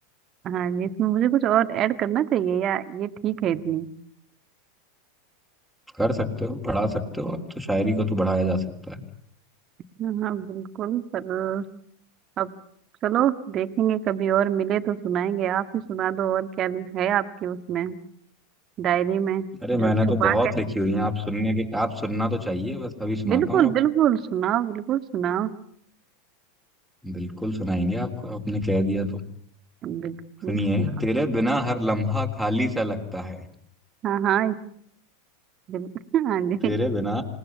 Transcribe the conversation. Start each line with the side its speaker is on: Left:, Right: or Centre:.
Right: हाँ ये इसमें मुझे कुछ और ऐड करना चाहिए या ये ठीक है इतनी
Centre: कर सकते हो पढ़ा सकते हो अब तो शायरी को तो बढ़ाया जा सकता है
Right: हाँ हाँ, बिल्कुल पर अब चलो देखेंगे कभी और मिले तो सुनाएंगे आप ही सुना दो और क्या है आपकी उसमें डायरी में
Centre: अरे
Right: जो
Centre: मैंने
Right: छुपा
Centre: तो बहुत
Right: के
Centre: लिखी हुई है आप सुनने के आप सुनना तो चाहिए बस अभी सुनाता
Right: बिल्कुल
Centre: हूँ आप
Right: बिल्कुल सुनाओ बिल्कुल सुनाओ
Centre: बिल्कुल सुनाएंगे आपको आपने कह दिया तो
Right: बिल्कुल
Centre: सुनिए
Right: सुनाओ
Centre: तेरे बिना हर लम्हा खाली सा लगता है
Right: हाँ हाँ इस बिल, <laughs> हाँ जी
Centre: तेरे बिना